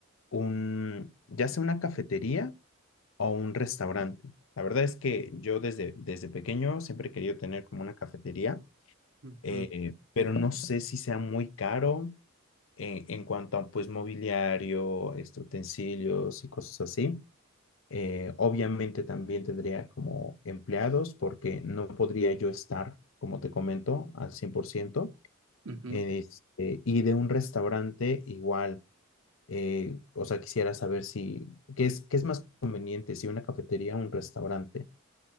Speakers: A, on the left; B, on the right.
A: un, ya sea una cafetería o un restaurante. La verdad es que yo desde, desde pequeño siempre he querido tener como una cafetería.
B: Mm.
A: eh,
B: Ujú,
A: pero no sé si sea muy caro en, en cuanto a pues mobiliario, este, utensilios y cosas así. Eh, obviamente también tendría como empleados porque no podría yo estar, como te comento, al 100%.
B: ujú.
A: Este, y de un restaurante igual, eh, o sea, quisiera saber si, ¿qué es, qué es más conveniente, si una cafetería o un restaurante?